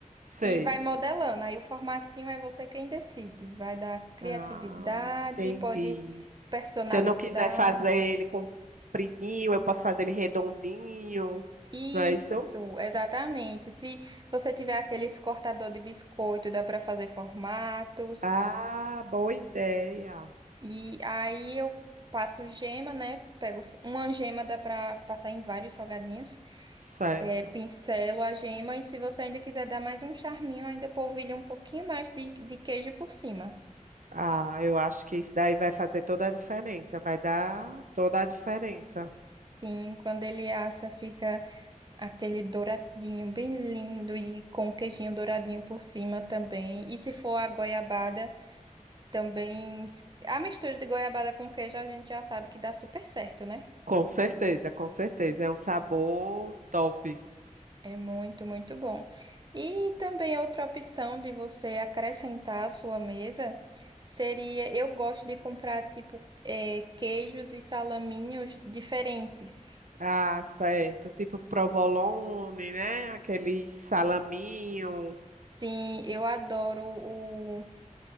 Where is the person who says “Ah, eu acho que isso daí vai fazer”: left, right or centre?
Right